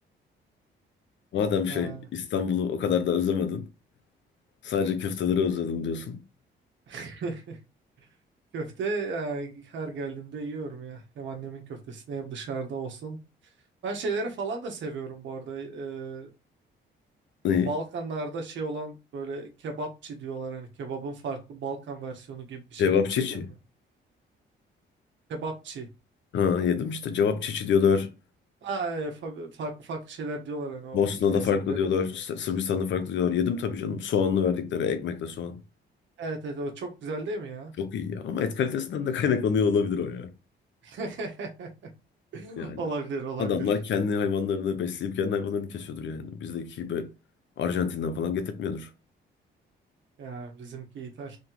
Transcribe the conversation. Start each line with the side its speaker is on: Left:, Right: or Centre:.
Left: Madem şey
Right: Ah,
Left: İstanbul'u o kadar da özlemedin. Sadece köfteleri özledim diyorsun.
Right: <laughs> köfte yani her geldiğimde yiyorum ya. Hem annemin köftesini hem dışarıda olsun. Ben şeyleri falan da seviyorum bu arada. E,
Left: Neyi?
Right: Balkanlarda şey olan böyle kebapçı diyorlar hani kebabın farklı Balkan versiyonu gibi bir
Left: Cevap
Right: şey hiç
Left: çiçi.
Right: yedin mi? Kebapçı.
Left: Ha yedim işte. Cevap çiçi diyorlar.
Right: Aa, e, fa- farklı farklı şeyler diyorlar hani o
Left: Bosna'da
Right: ülkesine
Left: farklı
Right: göre.
Left: diyorlar. S- Sırbistan'da farklı diyorlar. Yedim tabii canım. Soğanlı verdikleri ekmekle soğan.
Right: Evet evet o çok güzel değil mi ya?
Left: Çok iyi ya. Ama et kalitesinden de <laughs> kaynaklanıyor olabilir o ya.
Right: <laughs>
Left: Yani
Right: Olabilir olabilir.
Left: adamlar kendi hayvanlarını besleyip kendi hayvanlarını kesiyordur yani. Bizdeki gibi Arjantin'den falan getirtmiyordur.
Right: Ya bizimki ithal.